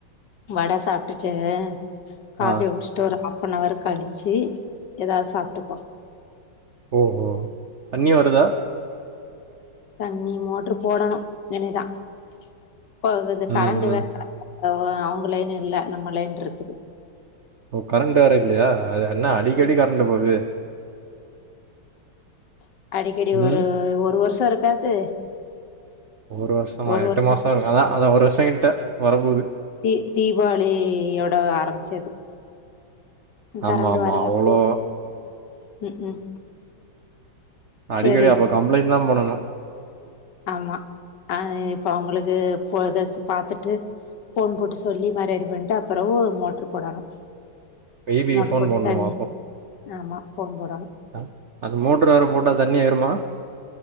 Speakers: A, on the left; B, on the right.
A: வட சாப்ட்டுட்டு காபிய
B: ஆ
A: குடிச்சிட்டோறோ ஹாஃப் அன் ஹவர் கழிச்சு ஏதாவது சாப்ட்டுக்கோ
B: ஓ ஓ தண்ணி வருதா
A: தண்ணி மோட்டரு போடணு இனிதா <unintelligible> து கரண்ட்டு
B: ம் ம்
A: வேற அவ அவங்க லைன் இல்ல நம்ம லைன்ருக்குது
B: ஓ கரண்ட் வேற இல்லையா அது என்ன அடிக்கடி கரண்ட்டு போகுது
A: <inaudible> அடிக்கடி
B: ம்.
A: ஒரு ஒரு வருஷோ இருக்காது
B: ஒரு வருஷமா
A: ஒரு
B: எட்டு
A: வருஷோ
B: மாசோ இருக்காதா அதா ஒரு வருஷோ கிட்ட வரப்போகுது
A: தீ தீபாவளியோட ஆரம்மிச்சது ம்
B: ஆமா,
A: கரண்டு
B: ஆமா.
A: வரல
B: அவ்ளோ
A: <inaudible> ம் ம்
B: அடிக்கடி
A: செரி
B: அப்ப கம்ப்ளைண்ட் தா பண்ணனு
A: ஆமா ஆ இப்ப அவங்களுக்கு போதஸ்சு பாத்துட்டு ஃபோன் போட்டு சொல்லி மா ரெடி பண்ட்டு அப்பிறவு மோட்ரு போடணு
B: ஈபிக்கு
A: மோட்டார்
B: ஃபோன்
A: போட்டு
B: பண்ணணுமா
A: தண்ணி ஆமா ஃபோன் போடணு
B: ஆ அந்த மோட்டரு வேற போட்டா தண்ணி ஏறுமா